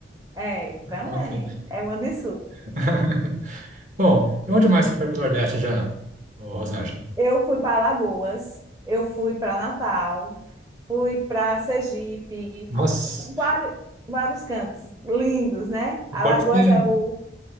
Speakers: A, on the right; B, on the right.
A: É, também.
B: Ok.
A: É uma disso.
B: <laughs> Bom, e onde mais você foi para o Nordeste já, ô Rosângela?
A: Eu fui para Alagoas, eu fui para Natal, fui para Sergipe,
B: Nossa,
A: fu- vários, vários cantos lindos, né?
B: você
A: Alagoas
B: pode ser.
A: é o